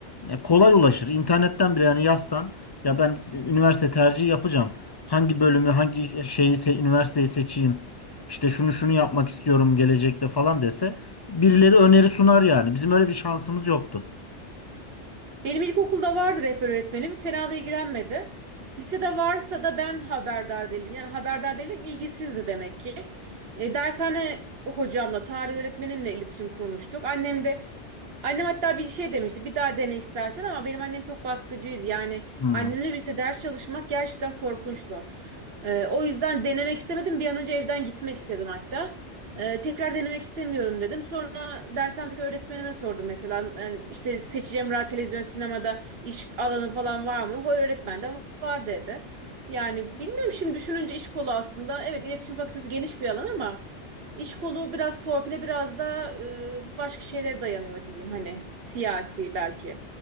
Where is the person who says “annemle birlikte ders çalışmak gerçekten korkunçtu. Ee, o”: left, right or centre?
Right